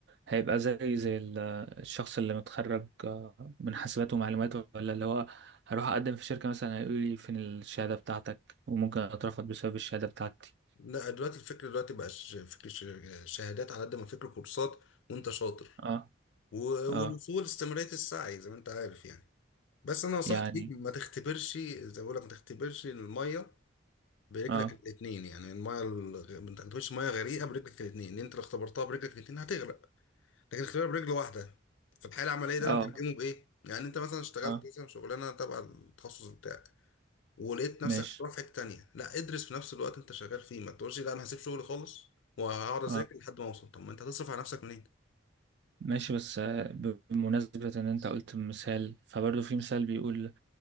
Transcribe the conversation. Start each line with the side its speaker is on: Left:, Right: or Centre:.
Right: هيبقى زي زي ال- الشخص اللي متخرج آه، من حاسبات ومعلومات ولا اللي هو هروح أقدم في شركة مثلا هيقول لي فين الشهادة بتاعتك وممكن أترفض بسبب الشهادة بتاعتي
Left: لا دلوقتي الفكر دلوقتي بقاش فكر ش- شهادات على قد ما فكر كورسات وانت شاطر
Right: اه
Left: و-
Right: اه
Left: والوصول استمراريه السعي زي ما انت عارف يعني بس انا نصيحتي
Right: يعني
Left: ليك ما تختبرش زي ما بقول لك ما تختبرش الميه برجلك
Right: اه
Left: الاثنين يعني المايه الغ... ما تاخدش ميه غريقه برجلك الاثنين اللي انت لو اختبرتها برجلك الاثنين هتغرق لكن اختبار برجل واحده في الحاله العمليه ده
Right: اه
Left: بنترجمه بايه؟ يعني انت مثلا اشتغلت
Right: اه
Left: مثلا شغلانه تبع التخصص بتاعك ولقيت نفسك
Right: ماشي
Left: هتروح في حته تانيه لا ادرس في نفس الوقت انت شغال فيه ما تقولش لا انا هسيب شغلي خالص وهقعد اذاكر
Right: اه
Left: لحد ما اوصل طب ما انت هتصرف على نفسك منين؟
Right: ماشي بس آه، بمناسبة إن أنت قلت مثال فبرضه في مثال بيقول